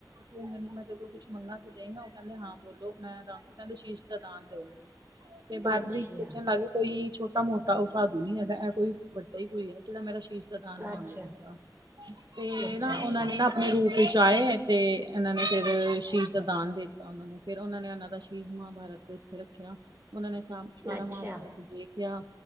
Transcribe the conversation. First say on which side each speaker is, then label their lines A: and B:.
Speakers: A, on the right (about 65°); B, on the right (about 30°).
A: ਤੂੰ ਮੈਨੂੰ ਮੈਂ ਤੇਰੇ ਕੋਲ ਕੁਛ ਮੰਗਾਂਗਾ ਤੂੰ ਦੇਂਗਾ ਮੈਂਨੂੰ, ਉਹ ਕਹਿੰਦਾ ਹਾਂ ਬੋਲੋ ਮੈਂ ਦਾਗਾਂ, ਉਹ ਕਹਿੰਦੇ ਸ਼ੀਸ਼ ਦਾ ਦਾਨ ਦਊ ਮੈਨੂੰ। ਤੇ ਬਾਰਬਰੀਕ
B: ਅੱਛਾ
A: ਸੋਚਣ ਲੱਗ ਕੋਈ ਛੋਟਾ-ਮੋਟਾ ਉਹ ਸਾਧੂ ਨੀਂ ਹੈਗਾ, ਇਹ ਕੋਈ ਵੱਡਾ ਹੀ ਕੋਈ ਆ ਜਿਹੜਾ ਮੇਰਾ ਸ਼ੀਸ਼ ਦਾ ਦਾਨ ਮੰਗ
B: ਅੱਛਾ
A: ਰਿਹਾ, ਤੇ
B: ਅੱਛਾ
A: ਨਾਂ
B: ਅੱਛਾ
A: ਉਹਨਾਂ ਨੇਂ ਨਾਂ ਆਪਣੇ ਰੂਪ ਵਿੱਚ ਆਏ ਅਤੇ ਇਹਨਾਂ ਨੇ ਫਿਰ ਸ਼ੀਸ਼ ਦਾ ਦਾਨ ਦੇ ਦਿੱਤਾ ਉਹਨਾਂ ਨੂੰ, ਫਿਰ ਉਹਨਾਂ ਨੇ ਇਹਨਾਂ ਦਾ ਸ਼ੀਸ਼ ਮਹਾਭਾਰਤ ਤੇ ਉੱਥੇ ਰੱਖਿਆਂ ਉਹਨਾਂ ਨੇ ਸ ਸਾਰਾ
B: ਅੱਛਾ
A: ਮਹਾਂਭਾਰਤ ਦੇਖਿਆਂ,